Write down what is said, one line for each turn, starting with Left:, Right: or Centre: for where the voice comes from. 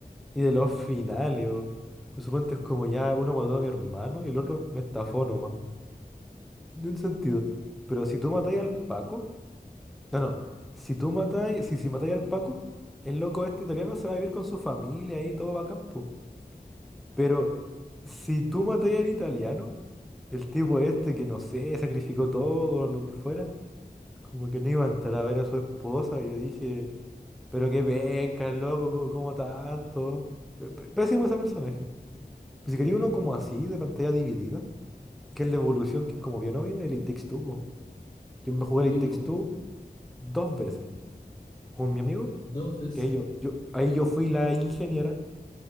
Centre: Y de los finales, o. Por supuesto es como ya uno mató a mi hermano y el otro me estafó nomás. En sentido. Pero si tú matáis al Paco. No, no. Si tú matáis. Si, si matáis al Paco, el loco este italiano se va a vivir con su familia y todo va a campo. Pero si tú matáis al italiano, el tipo este que no sé, sacrificó todo, lo que fuera, como que no iba a entrar a ver a su esposa. Y yo dije, pero qué penca, el loco, co- como tanto. P- Pésimo ese personaje. Si quería uno como así, de pantalla dividida, que es la evolución, que es como bien obvia, el It Takes Two, po. Yo me jugué
Left: Y
Centre: el It Takes
Left: pues,
Centre: Two dos veces. Con mi amigo,
Left: entonces,
Centre: que yo, yo, ahí yo fui la ingeniera.